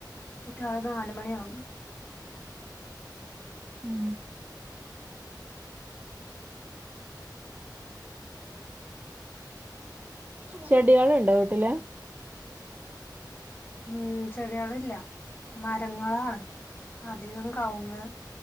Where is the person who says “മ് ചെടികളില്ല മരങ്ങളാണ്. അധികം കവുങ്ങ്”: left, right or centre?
Left